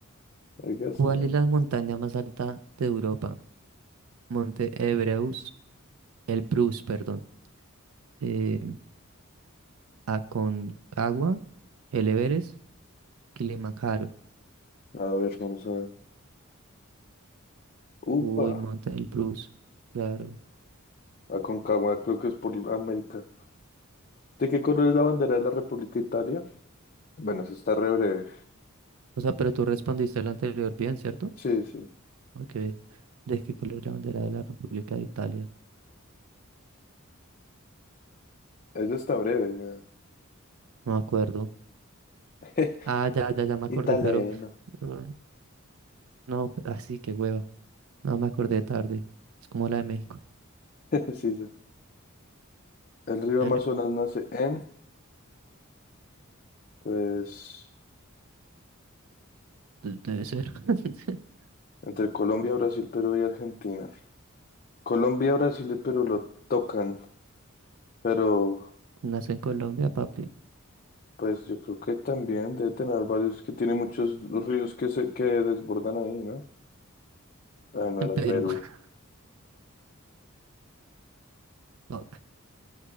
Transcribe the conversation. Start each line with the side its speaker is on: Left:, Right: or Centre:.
Left: Oiga,
Right: ¿Cuál
Left: se me-
Right: es la montaña más alta de Europa? Monte Ebreus, el Bruce, perdón. Eh, Aconcagua, el Everest, Kilimanjaro.
Left: A ver, vamos a ver. Upa,
Right: Uy, Monte del Bruce, claro.
Left: Aconcagua, creo que es por América. ¿De qué color es la bandera de la República de Italia? Bueno, eso está re breve.
Right: O sea, pero tú respondiste el anterior bien, ¿cierto?
Left: Sí, sí.
Right: Ok. ¿De qué color es la bandera de la República de Italia?
Left: Eso está breve, weón.
Right: No me acuerdo.
Left: <laughs>
Right: Ah, ya, ya, ya me acordé,
Left: Italiano.
Right: pero... pero- No, así que hueva. No me acordé tarde. Es como la de México.
Left: <laughs> Sí, sí. El río
Right: El...
Left: Amazonas nace en, pues,
Right: de- Debe ser. <laughs>
Left: entre Colombia, Brasil, Perú y Argentina. Colombia, Brasil y Perú lo tocan, pero
Right: Nació en Colombia, papi.
Left: pues yo creo que también debe tener varios, que tiene muchos ríos que se que desbordan ahí, ¿no? Ah, no
Right: En
Left: era
Right: Perú.
Left: Perú.
Right: <laughs> Fuck.